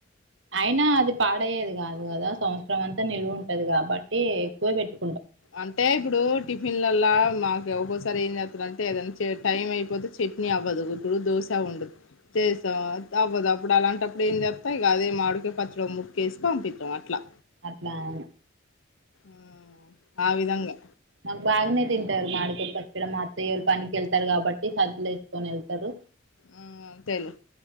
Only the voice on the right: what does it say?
అయినా అది పాడయ్యేది కాదు కదా సంవత్సరం అంతా నిల్వు ఉంటది కాబట్టి ఎక్కువ బెట్టు
అట్లా అవును
నాకు బాగానే తింటారు మాడికిన మా అత్తయ్యాయోళ్ళు పనికి వెళ్తారు కాబట్టి సద్ద్దలు వేసుకొని వెళ్తారు